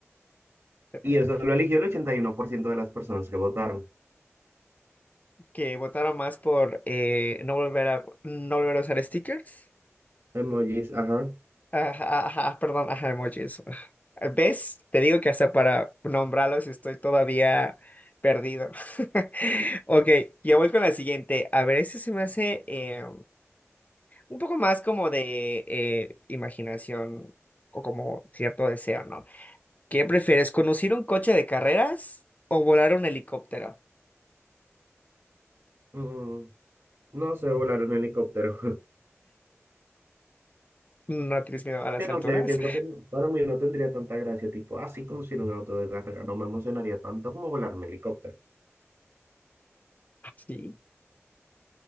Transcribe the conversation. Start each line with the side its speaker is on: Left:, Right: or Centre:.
Left: Fíjate,
Right: Y eso lo eligió el 81% de las personas que votaron.
Left: Que votaron más por eh, no volver a, no volver a usar stickers.
Right: Emojis, ajá.
Left: Ajá, ajá, perdón, ajá, emojis. ajá. ¿Ves? Te digo que hasta para nombrarlos estoy todavía perdido. <laughs> Ok, ya voy con la siguiente. A ver, este se me hace eh, un poco más como de eh, imaginación o como cierto deseo, ¿no? ¿Qué prefieres, conducir un coche de carreras o volar un helicóptero?
Right: Mm, no sé, volar un helicóptero.
Left: Mm, ¿No tienes miedo a las
Right: Que no
Left: alturas?
Right: sé, siento que no- para mí no tendría tanta gracia, tipo, así conducir un auto de carrera, no me emocionaría tanto como volar un helicóptero.
Left: <laughs> Sí.